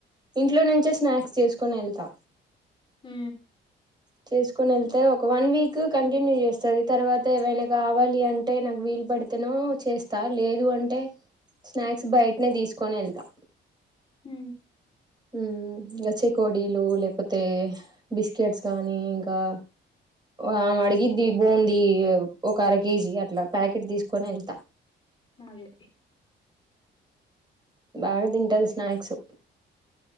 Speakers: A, on the right; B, on the left.
A: ఇంట్లో నుంచే స్నాక్స్ చేసుకొని ఎళ్తా
B: ఉ
A: చేసుకుని వెళ్తే ఒక వన్ వీక్ కంటిన్యూ చేస్తది తర్వాత ఏవైనా కావాలి అంటే నాకు వీలుపడి తనో చేస్తా లేదు అంటే స్నాక్స్ బయటనే తీసుకొని వెళ్తా
B: ఊ
A: ఉమ్ గచ్చెకోడీలు లేకపోతే బిస్కెట్స్ కానీ ఇంకా ఆమె అడిగిద్ది బోంది ఒక అర కేజీ అట్లా ప్యాకెట్ తీసుకొని ఏళ్తా
B: అదె
A: లాగా తింటది స్నాక్స్